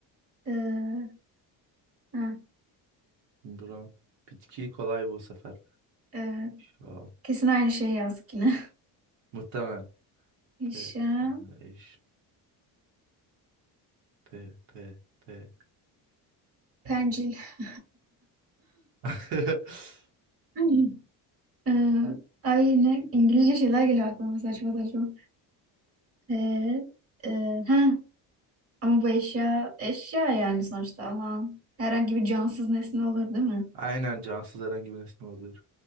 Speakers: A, on the right; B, on the right.
A: Ee, ha.
B: Bura. Bitki kolay bu sefer.
A: Ee,
B: Ya,
A: kesin aynı şeyi yazdık yine.
B: muhtemelen.
A: <laughs>
B: P.
A: Eşya,
B: Eş. P. P. P.
A: pencil.
B: O.
A: <clears throat>
B: <laughs>
A: <laughs> Ee, ay yine İngilizce şeyler geliyor aklıma saçma saçma. Ee, e, ha, ama bu eşya, eşya yani sonuçta ama herhangi bir cansız nesne olur değil mi?
B: Aynen cansız herhangi bir nesne olabilir.